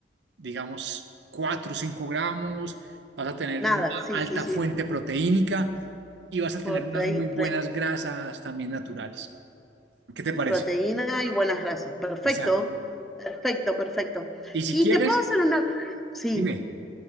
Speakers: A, on the right; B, in the centre.
A: digamos, 4 o 5 gramos. Vas a tener
B: Nada,
A: una
B: sí,
A: alta
B: sí, sí.
A: fuente proteínica y vas a tener
B: protei-
A: unas muy buenas
B: pre-
A: grasas también naturales. ¿Qué te parece?
B: proteína y buenas grasas. Perfecto,
A: Exacto.
B: perfecto, perfecto.
A: Y si
B: Y
A: quieres,
B: te puedo hacer una... Sí,
A: dime.